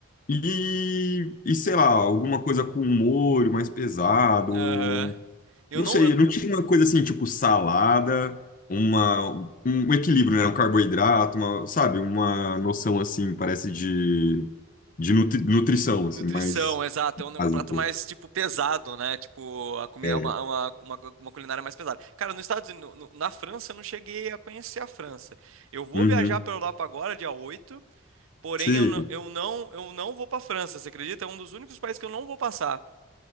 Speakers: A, on the left; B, on the right.
A: e, e sei lá, alguma coisa com molho mais pesado.
B: Aham. Eu
A: Não
B: não.
A: sei,
B: eu-
A: não tinha uma coisa assim, tipo salada, uma, um um equilíbrio, né? Um carboidrato, uma, sabe? Uma noção assim, parece de de nutri- nutrição,
B: de-
A: assim,
B: nutrição,
A: mais
B: exato. É um, é
A: básica.
B: um prato mais, tipo, pesado, né? Tipo, a comida,
A: É.
B: uma, é uma, uma, uma culinária mais pesada. Cara, nos Estados Unidos, no- no- na França, eu não cheguei a conhecer a França. Eu vou
A: Uhum.
B: viajar pra Europa agora, dia oito Porém,
A: Sim.
B: eu não, eu não, eu não vou para França, você acredita? É um dos únicos países que eu não vou passar.